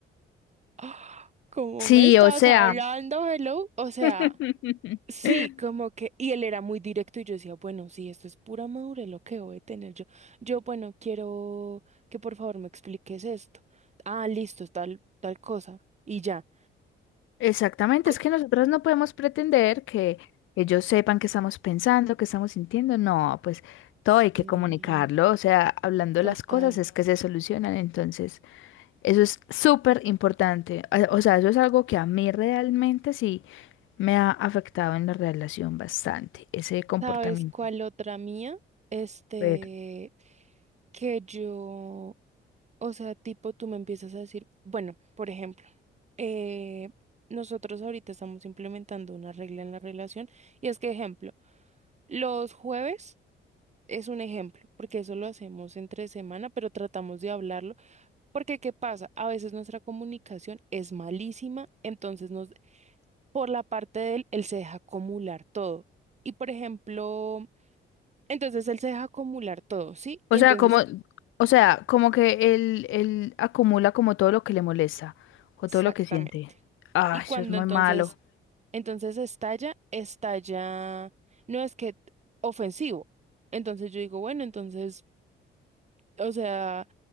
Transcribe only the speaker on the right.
"Ah, ¿cómo
me estás
hablando, hello? O
sea... Sí, como que, y él era muy directo y yo decía, bueno, sí, esto es pura madurez lo que voy a tener yo. Yo, bueno, quiero que por favor me expliques esto. Ah, listo, es tal, tal cosa. Y ya.
Co-
Sí,
total.
¿Sabes cuál otra mía? Este,
que yo, o sea, tipo, tú me empiezas a decir, bueno, por ejemplo, eh, nosotros ahorita estamos implementando una regla en la relación y es que, ejemplo, los jueves... Es un ejemplo, porque eso lo hacemos entre semana, pero tratamos de hablarlo, porque ¿qué pasa? A veces nuestra comunicación es malísima, entonces nos, por la parte de él, él se deja acumular todo. Y por ejemplo, entonces él se deja acumular todo, ¿sí?
Y
entonces,
exactamente.
Y cuando
entonces,
entonces estalla, estalla, no es que ofensivo. Entonces yo digo, bueno, entonces, o sea...